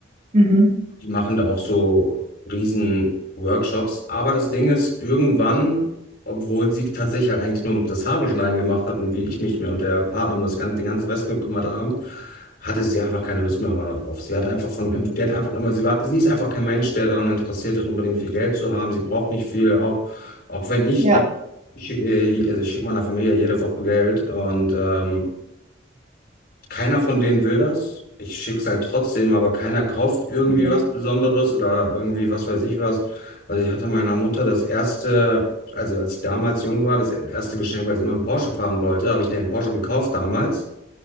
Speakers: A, on the right (about 40°); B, on the left (about 55°).
A: Mhm.
B: Die machen da auch so riesen Workshops. Aber das Ding ist, irgendwann, obwohl sie tatsächlich halt eigentlich nur das Haare schneiden gemacht hat und wie ich mich mir und der Partner um das ganze, den ganzen Rest gekümmert haben, hatte sie einfach keine Lust mehr irgendwann darauf. Sie hat einfach von, die hat einfach immer, sie war, sie ist einfach kein Mensch, der daran interessiert ist, unbedingt viel Geld zu haben. Sie braucht nicht viel, auch, auch wenn ich,
A: Ja,
B: ich schicke, ihr- also ich schicke meiner Familie jede Woche Geld und ähm, keiner von denen will das. Ich schick's halt trotzdem, aber keiner kauft irgendwie
A: Nett.
B: was Besonderes oder irgendwie was weiß ich was. Also ich hatte meiner Mutter das erste, also als ich damals jung war, das erste Geschenk, weil sie immer einen Porsche fahren wollte, habe ich den Porsche gekauft damals.